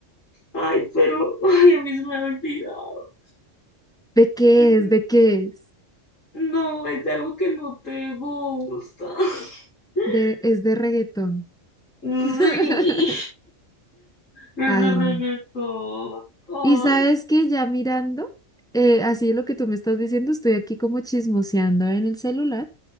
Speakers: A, on the left (about 85°); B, in the centre.
A: ay, pero, <laughs> ay, a mí se me había olvidado.
B: ¿de qué
A: Mm,
B: es? ¿De qué es?
A: No, es algo que no te gusta. <laughs>
B: De, es de reggaetón.
A: Sí,
B: <laughs>
A: ese
B: Ay,
A: reggaetón.
B: no.
A: Ay,
B: Y sabes que ya mirando, eh, así lo que tú me estás diciendo, estoy aquí como chismoseando en el celular